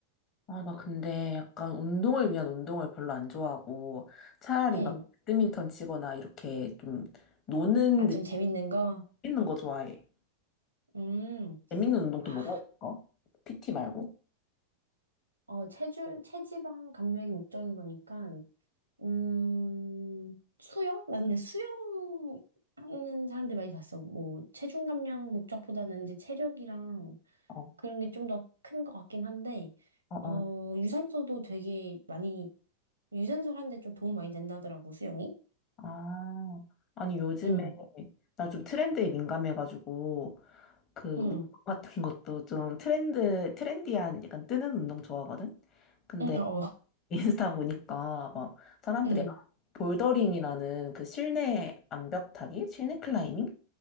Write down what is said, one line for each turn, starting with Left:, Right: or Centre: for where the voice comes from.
Left: 아, 나 근데 약간 운동을 위한 운동을 별로 안 좋아하고 차라리
Right: 응.
Left: 막 배드민턴 치거나 이렇게 좀 노는
Right: 아, 좀
Left: 느낌
Right: 재밌는 거?
Left: 있는 거 좋아해.
Right: 음.
Left: 재밌는 운동
Right: 아,
Left: 또 뭐가 있을까? PT 말고?
Right: 어, 체중, 체지방 감량이 목적인 거니까, 음, 수영? 나 근데 수영 하는 사람들 많이 봤어. 뭐, 체중 감량 목적보다는 이제 체력이랑
Left: 어,
Right: 그런 게 좀 더 큰 것 같긴 한데,
Left: 어,
Right: 어,
Left: 어.
Right: 유산소도 되게 많이, 유산소 하는데 좀 도움 많이 된다더라고, 수영이.
Left: 아, 아니 요즘에
Right: 응,
Left: 나 좀 트렌드에 민감해가지고 그
Right: 응,
Left: 운동 같은 것도 좀 트렌드 트렌디한 약간 뜨는 운동 좋아하거든. 근데
Right: 응, 어, 어,
Left: <laughs> 인스타 보니까 막 사람들이
Right: 응.
Left: 볼더링이라는 그 실내 암벽 타기, 실내 클라이밍